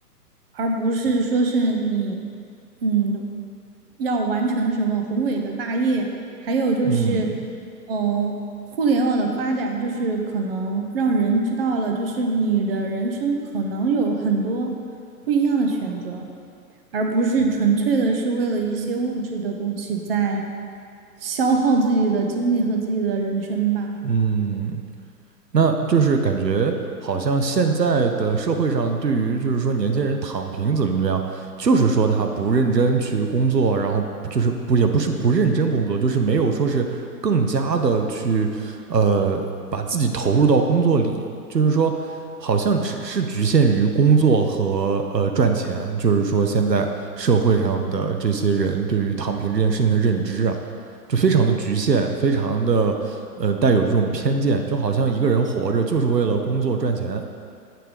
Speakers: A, on the right; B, on the right.
A: 而不是说是你嗯要完成什么宏伟的大业，还有就是
B: 嗯嗯
A: 嗯。互联网的发展就是可能让人知道了，就是你的人生可能有很多不一样的选择，而不是纯粹的是为了一些物质的东西在消耗自己的精力和自己的人生吧。
B: 嗯那就是感觉好像现在的社会上，对于就是说年轻人躺平怎么怎么样，就是说他不认真去工作，然后就是不也不是不认真工作，就是没有说是更加的去呃把自己投入到工作里，就是说好像只是局限于工作和呃赚钱，就是说现在社会上的这些人对于躺平这件事情的认知啊。就非常的局限，非常的呃带有这种偏见，就好像一个人活着就是为了工作赚钱，